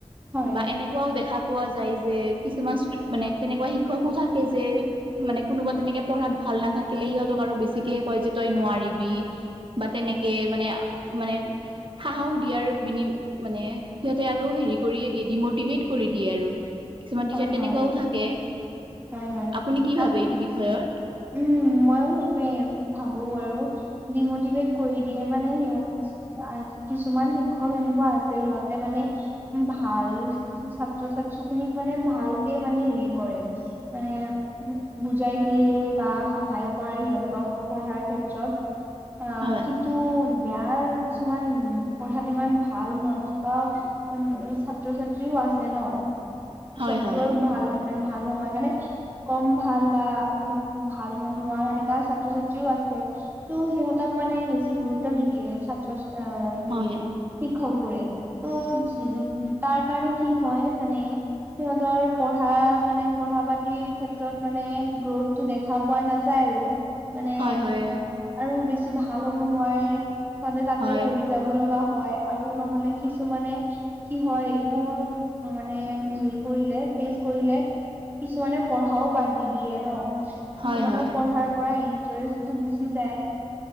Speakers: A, on the right; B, on the right.
A: হয়
B: বা এনে কুৱাও দেখা পোৱা যায় যে, কিছুমান ষ্ট্ৰি- মানে তেনেকুৱা শিক্ষকো থাকে যে মানে কোনোবা তেনেকে পঢ়াত ভাল নাথাকিলে, সিহঁতক আৰু বেছিকে কয় যে তই নোৱাৰিবি বা তেনেকে মানে- মানে সাহস দিয়াৰ বিনি মানে সিহঁতে আৰু হেৰি কৰিয়ে দিয়ে, ডিমোটিভেট কৰি দিয়ে আৰু। কিছুমান টিচাৰ
A: হয়
B: তেনেকুৱাও
A: হয়।
B: থাকে।
A: হয় হয়
B: আপুনি কি ভাৱে
A: আপ
B: এইটো বিষয়ত?
A: উম, মইও সেইটোৱে ভাবো আৰু। ডিমোটিভেট কৰি দিয়ে মানে সিহঁত আ- কিছুমান শিক্ষক এনেকুৱা আছে সিহঁতে মানে ভাল- ছাত্ৰ-ছাত্ৰীখিনিক মানে ভালকে মানে হেৰি কৰে মানে, বুজাই দিয়ে বা সহায় কৰে সিহঁতক পঢ়াৰ ক্ষেত্ৰত। অ'-
B: হয়
A: কি ন্তু বেয়া, কিছুমান পঢ়াত ইমান ভাল নথকা অ'- ছাত্ৰ-ছাত্ৰীও আছে ন'?
B: হয়
A: চব্টো
B: হয়
A: আৰু ভাল- ভাল নহয়, মানে কম ভাল বা অলপ ভাল নোহোৱা এনেকা ছাত্ৰ-ছাত্ৰীও আছে। তো সিহঁতক মানে বেছি গুৰুত্ব নিদিয়ে। ছাত্ৰ এ- <unintelligible>
B: হয়
A: শিক্ষকবোৰে। তো <unintelligible> তাৰ কাৰণে কি হয় মানে সিহঁতৰ পঢ়া মানে, পঢ়া-পাতিৰ ক্ষেত্ৰত মানে গ্ৰোথটো দে খা পোৱা নেযায় আৰু। মানে
B: হয় - হয়।
A: আৰু বেছি ভাল হ'ব নোৱাৰে। সিহঁতে তাতে
B: হয়
A: ৰৈ যা ব লগা হ'য়। আৰু নহলে কিছুমানে কি হয়, এইবোৰ মানে হেৰি কৰিলে, ফেচ কৰিলে কিছুমানে পঢ়াও বাদ দি দিয়ে ন'। কিছুমানৰ
B: হয় হয়
A: পঢ়াৰ পৰা ইন্টাৰেষ্টটো গুচি যায়।